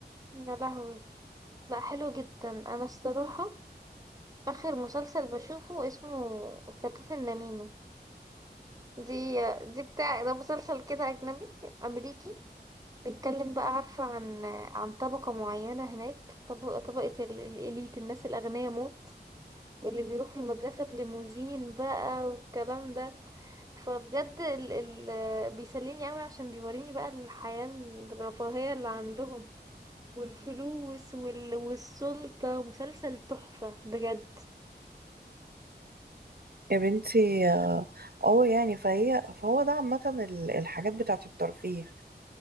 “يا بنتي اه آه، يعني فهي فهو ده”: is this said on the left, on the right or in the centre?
Right